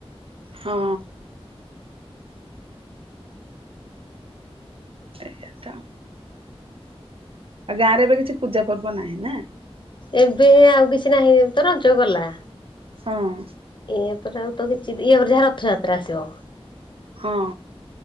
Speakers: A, on the right; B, on the left.
A: ହଁ। ସେଇଆ ତ ଆଉ ଗାଁ ରେ ଏବେ କିଛି ପୂଜା ପର୍ବ ନାହିଁ ନା।
B: ଏବେ ଆଉ କିଛି ନାହିଁ ତ ରଜ ଗଲା।
A: ହଁ।
B: ଇଏ ପରେ ଆଉ ତ କିଛି ଇଏ ପରେ ଯାହା ରଥଯାତ୍ରା ଆସିବ।
A: ହଁ।